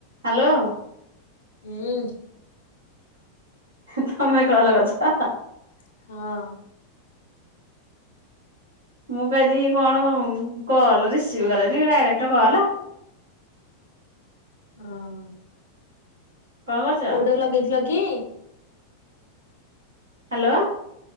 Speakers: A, on the right; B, on the left.
A: Hello.
B: ହୁଁ।
A: ତମେ call କରିଛ ପା
B: ହଁ।
A: ମୁଁ କହିଲି କଣ କଲ ରିସିଭ କରିନି ଡାଇରେକ୍ଟ କଲ
B: ହଁ।
A: କଣ କରୁଛ
B: କୋଉଟା ଲଗେଇଥିଲ କି?
A: ହ୍ୟାଲୋ।